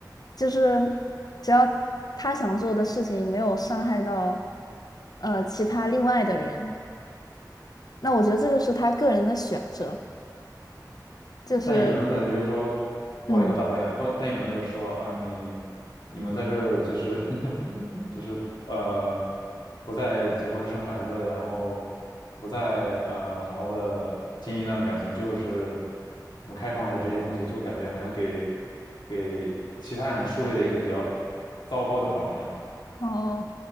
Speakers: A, on the left; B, on the left.
A: 就是只要他想做的事情没有伤害到呃其他另外的人，那我觉得这就是他个人的选择，就是
B: 但有的人可能就是说，不好意思，
A: 嗯，
B: 我打断一下，不，但有的人就是说啊，你你们在这儿就是 <laughs> 就是呃，不再结婚生孩子，然后不再呃好好的经营一段感情，就是什么开放式这些东西，就感觉好像给给其他人树立了一个比较糟糕的榜样。
A: 哦，